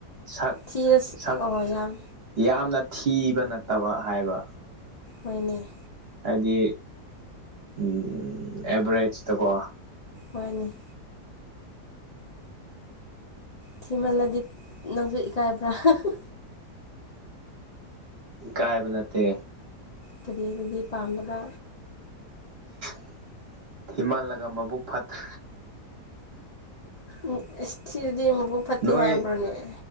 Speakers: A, on the right; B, on the left.
A: ꯁꯛ
B: ꯊꯤꯔꯁꯨ
A: ꯁꯛ
B: ꯑꯣ ꯌꯥꯝ
A: ꯌꯥꯝꯅ ꯊꯤꯕ ꯅꯠꯇꯕ ꯍꯥꯏꯕ
B: ꯃꯩꯅꯦ
A: ꯍꯥꯏꯗꯤ ꯎꯝ ꯑꯦꯚꯔꯦꯁꯇꯀꯣ
B: ꯃꯥꯅꯦ ꯊꯤꯃꯜꯂꯗꯤ ꯅꯪꯁꯨ ꯏꯀꯥꯏꯕ꯭ꯔꯥ ꯍꯥꯍꯥ
A: ꯏꯀꯥꯏꯕꯅꯠꯇꯦ
B: ꯀꯔꯤ ꯑꯗꯨꯗꯤ ꯄꯥꯝꯗꯕ
A: <inaudible> ꯊꯤꯃꯜꯂꯒ ꯃꯕꯨꯛ ꯐꯠꯇ
B: ꯎꯝ ꯏꯁ ꯊꯤꯔꯗꯤ ꯃꯕꯨꯛ ꯐꯠꯇꯦ
A: ꯅꯣꯏ
B: ꯍꯥꯏꯕ꯭ꯔꯣꯅꯦ